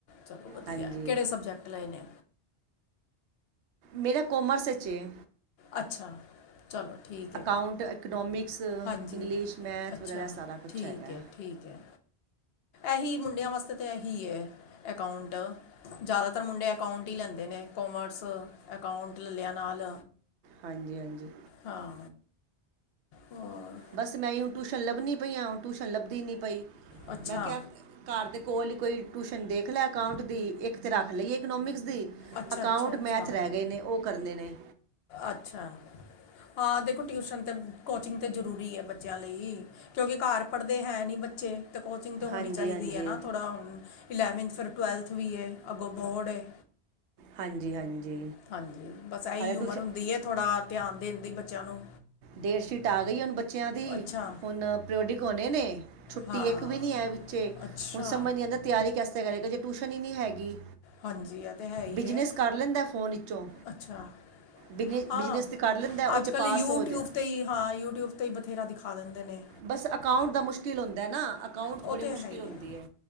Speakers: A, on the left; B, on the right.
A: ਚਲੋ, ਵਧੀਆ
B: ਹਾਂਜੀ
A: ਕਿਹੜੇ ਸਬਜੈਕਟ ਲਏ ਨੇ।
B: ਮੇਰਾ ਕੋਮਰਸ ਵਿਚ ਏ।
A: ਅੱਛਾ। ਚਲੋ ਠੀਕ
B: ਅਕਾਊਂਟ
A: ਹੈ,
B: ਇਕਨੋਮਿਕਸ ਇੰਗਲਿਸ਼
A: ਹਾਂਜੀ
B: ਮੈਥ
A: ਅੱਛਾ
B: ਵਗੈਰਾ ਸਾਰਾ ਕੁਝ
A: ਠੀਕ
B: ਹੈਗਾ
A: ਐ, ਠੀਕ ਐ। ਇਹੀ ਮੁੰਡਿਆਂ ਵਾਸਤੇ ਤਾਂ ਇਹੀ ਏ ਅਕਾਊਂਟ ਜ਼ਿਆਦਾ। ਜਿਆਦਾਤਰ ਮੁੰਡੇ ਅਕਾਊਂਟ ਹੀ ਲੈਂਦੇ ਨੇ ਕੋਮਰਸ ਅਕਾਊਂਟ ਲੈ ਲਿਆਂ ਨਾਲ।
B: ਹਾਂਜੀ- ਹਾਂਜੀ।
A: ਹਾਂ। ਹੋਰ
B: ਬਸ ਮੈਂ ਉਇ ਟਿਊਸ਼ਨ ਲੱਭਣੀ ਪਈ ਆਂ ਟਿਊਸ਼ਨ ਲੱਭਦੀ ਨਹੀਂ ਪਈ,
A: ਅੱਛਾ
B: ਮੈਂ ਕਿਹਾ ਘਰ ਦੇ ਕੋਲ ਹੀ ਕੋਈ ਟਿਊਸ਼ਨ ਦੇਖ ਲੈ ਅਕਾਊਂਟ ਦੀ ਇੱਕ ਤਾਂ ਰੱਖ ਲਈਏ ਇਕਨੋਮਿਕਸ ਦੀ।
A: ਅੱਛਾ
B: ਅਕਾਊਂਟ,
A: ਅੱਛਾ
B: ਮੈਥ
A: ਅੱਛਾ
B: ਰਹਿ ਗਏ ਨੇ ਉਹ ਕਰਨੇ ਨੇ।
A: ਅੱਛਾ ਹਾਂ ਦੇਖੋ ਟਿਊਸ਼ਨ ਤੇ ' ਕੋਚਿੰਗ ਤੇ ਜ਼ਰੂਰੀ ਹੈ ਬੱਚਿਆਂ ਲਈ। ਕਿਉਂਕਿ ਘਰ ਪੜ੍ਹਦੇ ਹੈ ਨਹੀਂ ਬੱਚੇ। ਤੇ ਕੋਚਿੰਗ ਤਾਂ ਹੋਣੀ
B: ਹਾਂਜੀ
A: ਚਾਹੀਦੀ
B: ਹਾਂਜੀ
A: ਹੈ, ਨਾ ਥੋੜ੍ਹਾ ਹੁਣ ਇਲੈਵਨਥ ਫਿਰ ਟੁਵੈਲਥ ਵੀ ਏ ਅੱਗੋਂ ਬੋਰਡ ਏ।
B: ਹਾਂਜੀ -ਹਾਂਜੀ।
A: ਹਾਂਜੀ ਬਸ ਐਹੀ
B: ਹਾਲੇ ਟਿਊਸ਼ਨ
A: ਉਮਰ ਹੁੰਦੀ ਐ ਥੋੜਾ ਧਿਆਨ ਦੇਣ ਦੀ ਬੱਚਿਆਂ ਨੂੰ।
B: ਡੇਟ ਸ਼ੀਟ ਆ ਗਈ ਹੁਣ ਬੱਚਿਆਂ ਦੀ
A: ਅੱਛਾ
B: ਹੁਣ ਪ੍ਰਿਓਡਿਕ ਹੋਣੇ ਨੇ‌ ਛੁੱਟੀ
A: ਹਾਂ
B: ਇੱਕ ਵੀ ਨੀ ਐ ਵਿੱਚੇ
A: ਅੱਛਾ
B: ਹੁਣ ਸਮਝ ਨੀ ਆਂਦਾ ਤਿਆਰੀ ਕੈਸੇ ਕਰੇਗਾ ਜੇ ਟਿਊਸ਼ਨ ਹੀ ਨਹੀਂ ਹੈਗੀ,
A: ਹਾਂਜੀ ਇਹ ਤੇ ਹੈ ਹੀ
B: ਬਿਜਨਸ
A: ਹੈ
B: ਕਰ ਲੈਂਦਾ ਫੋਨ ਵਿੱਚੋਂ।
A: ਅੱਛਾ
B: ਬਿਜਨ-
A: ਹਾਂ
B: ਬਿਜਨਸ ਤੇ ਕਰ ਲੈਂਦਾ, ਉਹ
A: ਅੱਜ
B: ਚ
A: ਕੱਲ
B: ਪਾਸ ਹੋ ਜਾ
A: ਤੇ ਈ ਹਾਂ ਯੂਟਿਊਬ 'ਤੇ ਹੀ ਬਥੇਰਾ ਦਿਖਾ ਦਿੰਦੇ ਨੇ।
B: ਬਸ ਅਕਾਊਂਟ ਦਾ ਮੁਸ਼ਕਿਲ ਹੁੰਦਾ ਐ ਨਾ ਅਕਾਊਂਟ 'ਚ
A: ਉਹ
B: ਬੜੀ
A: ਤੇ
B: ਮੁਸ਼ਕਿਲ
A: ਹੈ ਹੀ
B: ਹੁੰਦੀ
A: ਹੈ
B: ਐ।